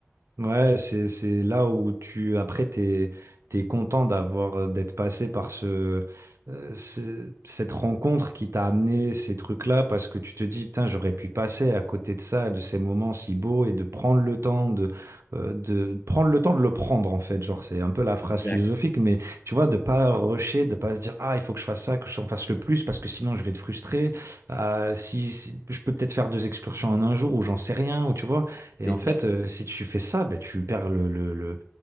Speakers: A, on the right; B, on the left.
A: Ouais, c'est, c'est là où tu, après, t'es, t'es content d'avoir, euh, d'être passé par ce, euh, ce- cette rencontre qui t'a amené ces trucs-là parce que tu te dis, putain, j'aurais pu passer à côté de ça, de ces moments si beaux et de prendre le temps de, euh, de prendre le temps de le prendre, en fait. Genre, c'est un peu la phrase
B: Exact.
A: philosophique, mais tu vois, de pas rusher, de pas se dire, ah, il faut que je fasse ça, que j'en fasse le plus parce que sinon je vais te frustrer. Ah, si, si- je peux peut-être faire deux excursions en un jour ou j'en sais rien, ou tu vois. Et
B: C'est
A: en fait,
B: ça.
A: euh, si tu fais ça, ben, tu perds le, le- le-